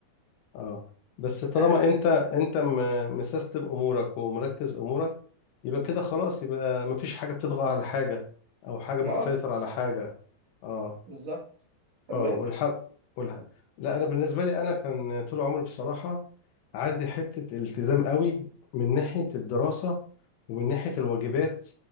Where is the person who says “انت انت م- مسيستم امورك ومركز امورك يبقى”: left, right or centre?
Left